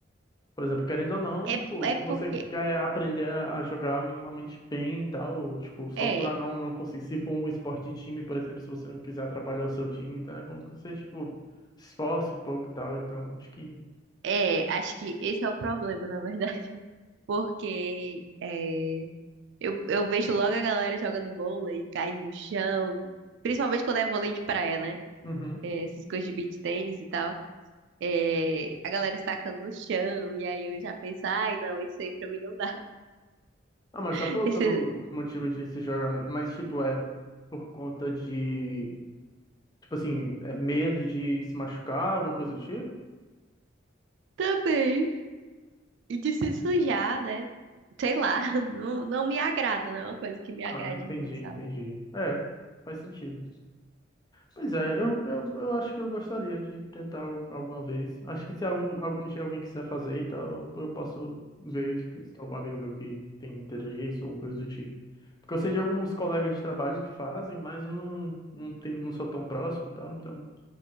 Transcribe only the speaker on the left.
Por exemplo, querendo ou não, tipo,
se
você
quer aprender a a jogar minimamente bem e tal, tipo, só
pra não, não conseguir. Se for um esporte de time, por exemplo, se você não quiser atrapalhar o seu time, então é bom que você, tipo, se esforce um pouco e tal. Então, acho que.
Uhum.
Ah, mas
só pelo,
pelo motivo de se jogar. Mas, tipo, é por conta de. Tipo assim, é medo de, de se machucar, alguma coisa do tipo?
Ah, entendi,
entendi.
É. Faz sentido. Pois é, eu, eu, eu acho que eu gostaria de tentar al- alguma vez. Acho que se algum, algum dia alguém quiser fazer e tal, eu eu posso ver se tem algum amigo meu que tem interesse ou coisa do tipo. Porque eu sei de alguns colegas de trabalho que fazem, mas eu não, não tenho, não sou tão próximo e tal, então